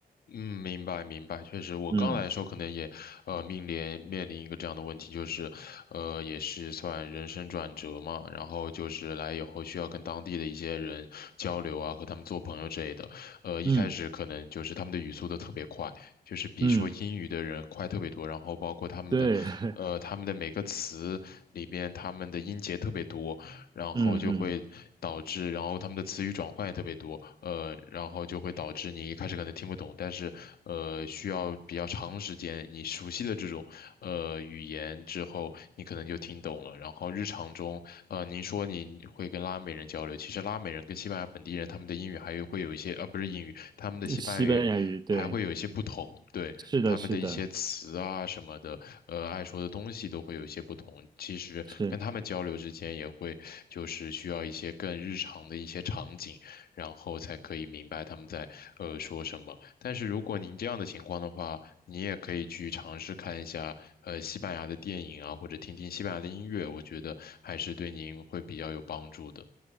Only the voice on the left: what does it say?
嗯，明白明白，确实，我刚来的时候可能也，
呃，面临面临一个这样的问题，就是，呃，也是算人生转折嘛，然后就是来以后需要跟当地的一些人交流啊，和他们做朋友之类的，呃，一开始可能就是他们的语速都特别快，
就是比说英语的人快特别多，
然后包括他们的，
呃，
他们的每个词里面他们的音节特别多，然后就会导致，
然后他们的词语转换也特别多，呃，然后就会导致你一开始可能听不懂，但是呃，需要比较长时间，你熟悉的这种呃语言之后，你可能就听懂了。然后日常中，呃，您说您会跟拉美人交流，其实拉美人跟西班牙本地人他们的英语还有会有一些，呃，不是英语，他们的西班牙语还会有一些不同，
对。
他们的一些词啊什么的，
呃，爱说的东西都会有一些不同。其实跟他们交流之间也会，
就是需要一些更日常的一些场景，然后才可以明白他们在呃说什么。但是如果您这样的情况的话，你也可以去尝试看一下呃西班牙的电影啊，或者听听西班牙的音乐，我觉得还是对您会比较有帮助的。